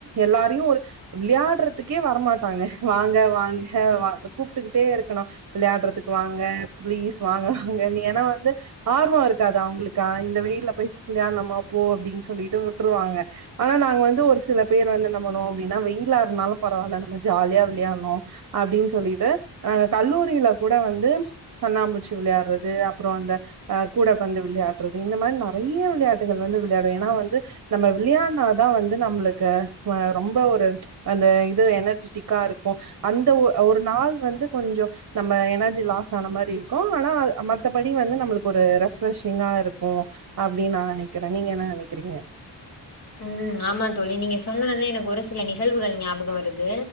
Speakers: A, on the right; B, on the left.
A: எல்லாரையும் ஒரு விளையாடுறதுக்கே வரமாட்டாங்க வாங்க வாங்க கூப்பிட்டுக்கிட்டே இருக்கணும் விளையாடுறதுக்கு வாங்க பளீஸ் வாங்க அங்க நீ ஏன்னா வந்து ஆர்வம் இருக்காது அவங்களுக்கு இந்த வெயில போய் விளையாடனுமா போ அப்டின்னு சொல்லிட்டு விட்டுருவாங்க ஆனா நாங்க வந்து ஒரு சில பேர் வந்து என்ன‌ பண்ணுவோம் அப்டின்னா வெயிலா இருந்தாலும் பரவாயில்ல நம்ம ஜாலியா விளையாடணும் அப்டின்னு சொல்லிட்டு கல்லூரியில கூட வந்து கண்ணாம்பூச்சி விளையாடுறது வந்து அப்புறோ அந்த அ கூடப்பந்து விளையாடுறது இந்த மாரி நிறைய விளையாட்டுகள் வந்து விளையாடும் ஏன்னா வந்து நம்ம விளையாடினா தா வந்து நம்மளுக்கு ரொம்ப ஒரு அந்த இது எனர்ஜிட்டிக்கா இருக்கும் அந்த ஒ ஒரு நாள் வந்து கொஞ்சோ நம்ம எனர்ஜி லாஸ் ஆன மாரி இருக்கும் ஆனா மத்தபடி வந்து நம்மளுக்கு ஒரு ரெஃப்ரெஷிங்கா இருக்கும் அப்டின்னு நா நினைக்கிறேன் நீங்க என்ன நினைக்கிறீங்க
B: ம் ஆமா தோழி நீங்க சொன்னது எனக்கு ஒரு சில நிகழ்வுகள் ஞாபகம் வரு து